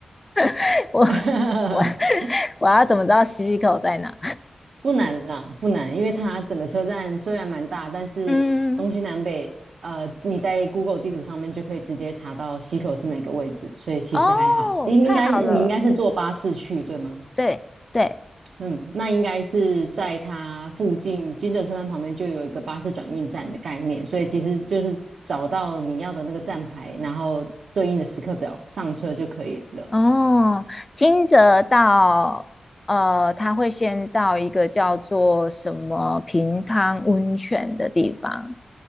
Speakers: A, on the left; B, on the right.
A: <laughs> 我
B: <laughs>
A: 我 <laughs> 我要怎么知道西西口在哪？
B: 不难啦，不难，因为它整个车站虽然蛮大，但是东西南北，
A: 嗯，
B: 呃，你在 Google 地图上面就可以直接查到溪口是哪个位置，所以其实还好。
A: 哦，
B: 应应该你应该是坐巴士去，
A: 太好了，
B: 对吗？
A: 对对。
B: 嗯，那应该是在它附近金泽车站旁边就有一个巴士转运站的概念，所以其实就是找到你要的那个站牌，然后对应的时刻表上车就可以了。
A: 哦，金泽到呃，他会先到一个叫做什么平汤温泉的地方，